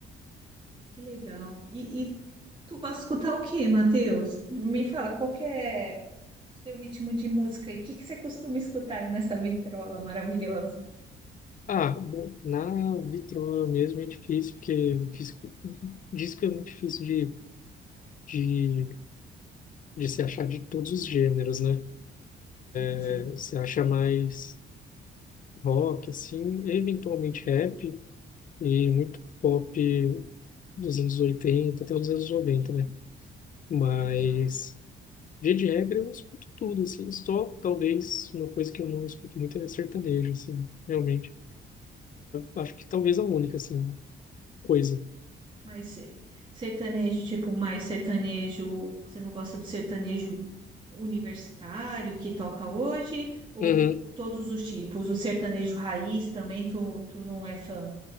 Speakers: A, on the right; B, on the left.
A: Que legal. E, e tu gosta de escutar o quê, Matheus? Me fala, qual que é. seu ritmo de música e o que que você costuma escutar aí nessa vitrola maravilhosa?
B: Ah, bom, na Vitro mesmo é difícil, porque disco, disco é muito difícil de, de, de se achar de todos os gêneros, né?
A: Sim,
B: É,
A: sim.
B: você acha mais rock, assim, eventualmente rap e muito pop dos anos 80 até os anos 90, né? Mas,
A: Legal.
B: via de regra, eu escuto tudo, assim. Só talvez uma coisa que eu não escuto muito é sertanejo, assim, realmente. Acho que talvez a única, assim, coisa.
A: Mas eh, sertanejo, tipo, mais sertanejo, você não gosta do sertanejo universitário que toca hoje? Ou
B: Uhum.
A: todos os tipos? O sertanejo raiz também, tu, tu não é fã?